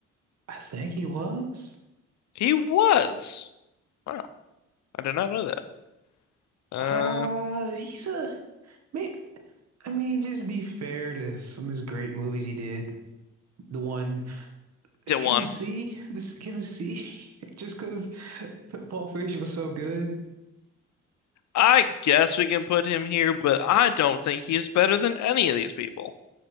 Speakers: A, on the right; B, on the left.
A: I think he was.
B: He was. Wow, I did not know that. Uh,
A: Uh, he's a may- I mean, just to be fair to some of his great movies he did. The one, give
B: Dewan.
A: him a C. This, give him a C. <laughs> Just because Pulp Fiction was so good.
B: I guess we can put him here, but I don't think he's better than any of these people.